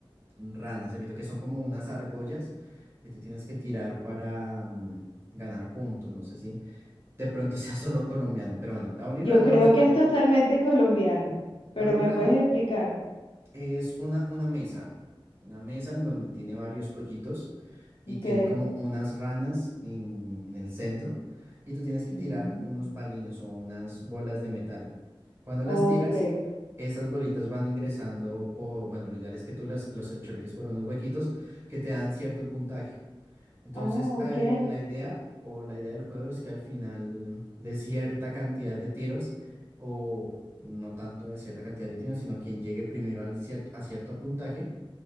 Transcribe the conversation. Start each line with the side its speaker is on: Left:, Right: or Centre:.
Right: ranas, evito que son como unas argollas que tú tienes que tirar para mm, ganar puntos. No sé si... de pronto sea solo colombiano, pero bueno, la bolirrana
Left: Yo creo
Right: básicamente,
Left: que es totalmente colombiano,
Right: la
Left: pero
Right: bolirrana
Left: ¿me puedes explicar?
Right: es una, una mesa, una mesa en donde tiene varios hoyitos y
Left: Ok,
Right: tiene como unas ranas en, en el centro y tú tienes que
Left: mm,
Right: tirar unos balines o unas bolas de metal. Cuando las
Left: ok,
Right: tiras, esas bolitas van ingresando por, bueno, lo ideal es que tú las, los enchuleques por unos huequitos que te dan cierto puntaje. Entonces,
Left: ah, ok,
Right: eh, la idea o la idea del juego es que al final de cierta cantidad de tiros, o no tanto de cierta cantidad de tiros, sino quien llegue primero al cierto, a cierto puntaje,